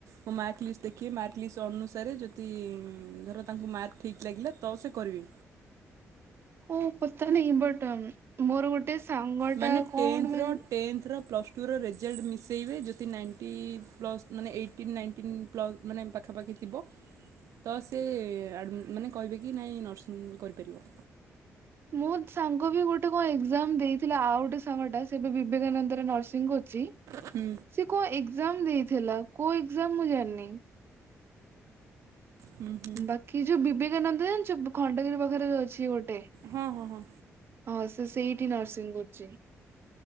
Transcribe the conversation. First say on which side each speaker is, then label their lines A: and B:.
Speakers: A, on the right; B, on the right.
A: ମୋ ମାର୍କ ଲିଷ୍ଟ ଦେଖିବେ ମାର୍କ ଲିଷ୍ଟ ଅନୁସାରେ ଯଦି ଧର ତାଙ୍କୁ ମାର୍କ ଠିକ ଲାଗିଲା ତ ସେ କରିବେ
B: ହ ପତା ନାଇଁ ବଟ ମୋର ଗୋଟେ ଗୋଟେ ସାଙ୍ଗ
A: ମାନେ
B: ଟା କଣ
A: ଟେନ୍ଥର
B: ମାନେ
A: ଟେନ୍ଥର ପ୍ଲସ୍ ଟୁର ରେଜଲ୍ଟ ମିଶେଇବେ ଯଦି ନାଇଣ୍ଟି ପ୍ଲସ୍ ମାନେ ଏଇଟିନ୍ ନାଇଣ୍ଟିନ୍ ପ୍ଲସ୍ ମାନେ ପାଖାପାଖି ଥିବ ତ ସେ ମାନେ କହିବେ କି ନାଇଁ ନର୍ସିଂ କରିପାରିବ
B: ମୁଁ ସାଙ୍ଗ ବି ଗୋଟେ କଣ ଏକ୍ଜାମ ଏକ୍ଜାମ ଦେଇଥିଲା ଆଉ ଗୋଟେ ସାଙ୍ଗଟା ସେ ଏବେ ବିବେକାନନ୍ଦରେ ନର୍ସିଂ କରୁଛି
A: ହୁଁ।
B: ସେ କଣ ଏକ୍ଜାମ ଦେଇଥିଲା କଉ ଏକ୍ଜାମ ମୁଁ ଜାଣିନି
A: ହୁଁ ହୁଁ
B: ବାକି ଯୋଉ ବିବେକାନନ୍ଦ ଜାଣିଚୁ ଯୋଉ ଖଣ୍ଡଗିରି ପାଖରେ ଯୋଉ ଅଛି ଗୋଟେ
A: ହଁ ହଁ ହଁ
B: ହଁ ସେ ସେଇଠି ନର୍ସିଂ କରୁଛି।